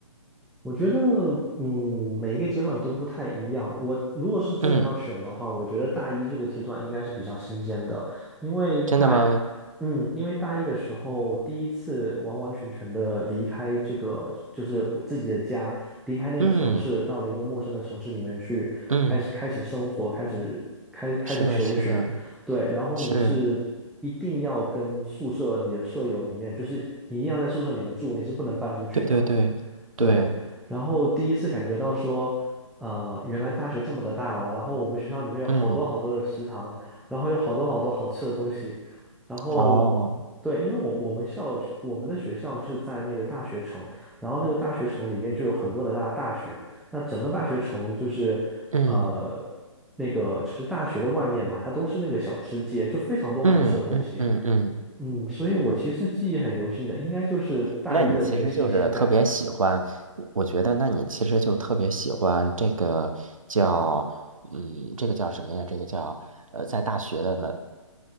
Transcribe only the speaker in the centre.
我觉得，嗯，每一个阶段都不太一样。我如果是真的要选的话，
我觉得大一这个阶段应该是比较新鲜的，因为大，
嗯，因为大一的时候第一次完完全全的离开这个，就是我自己的家，离开那个城市，
到了一个陌生的城市里面去，
开始开始生活，开始开开始求学，
对，然后你是一定要跟宿舍你的舍友里面，
就是你一定要在宿舍里面住，你是不能搬出去的。
对，然后第一次感觉到说，呃，原来大学这么的大哦，然后我们学校里面有好多好多的食堂，
然后有好多好多好吃的东西，然后对，
因为我我们校我们的学校是在那个大学城，然后那个大学城里面就有很多的大大学，那整个大学城就是呃
那个就是大学的外面嘛，它都是那个小吃街，就非常多好吃的东西，
嗯，所以我其实记忆很犹新的，应该就是大一的那个新鲜感。